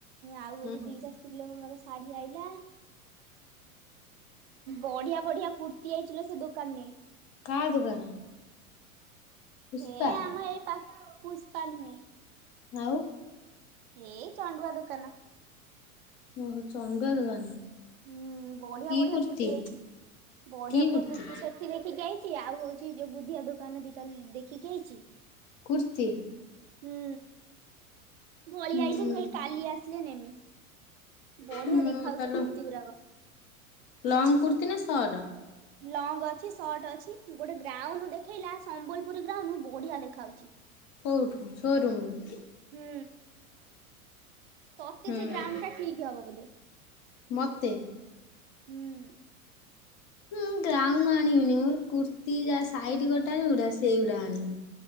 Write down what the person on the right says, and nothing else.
ଆଉ ହଉଛି
ଦିଟା ସ୍ତ୍ରୀ ଲୋକଙ୍କର ଶାଢୀ ଆଇଲା ବଢିଆ ବଢିଆ କୁର୍ତ୍ ତିଆଇଚିଲୋ ସେ ଦୋକାନ ନେ
ହେ ଆମ ଏ ପା ପୁଷ୍ପା ନୁହେଁ।
ଏଇ ଚଣ୍ଡୁଆ ଦୋକାନ।
ହୁଁ ବଢିଆ
ବଢିଆ
କୁର୍ତ୍ତିୀ ଅଇଛି ବଢିଆ
ବଢିଆ
କୁର୍ତ୍ତୀ ସେଠି ଦେଖିକି ଆଇ ଚି ଆଉ ହଉଚି ଯୋଉ ବୁଧିଆ ଦୋକାନ ଦିଟା ଲ ଦେଖିକି ଆଇଚି।
ହୁଁ ପଳି
ଆଇଲିି ମୁଁ କହିଲି କାଲି ଆସିଲେ ନେମି। ବଢିଆ
ଦେଖାଉଛି
ସେ କୁର୍ତ୍ତିୀ ଗୁରାକ।
ଲଙ୍ଗ ଅଛି ସର୍ଟ ଅଛି ଗୋଟେ ଗ୍ରାଉନୁ ଦେଖେଇଲା ସମ୍ବଲପୁରୀ ଗ୍ରାଉନୁ ବଢିଆ ଦେଖା ଯାଉଛି। <inaudible>
ହୁଁ। ତତେ
ସେ ଗ୍ରାଉନ ଟା ଠିକ୍ ହବ ବୋଧେ
ହୁଁ।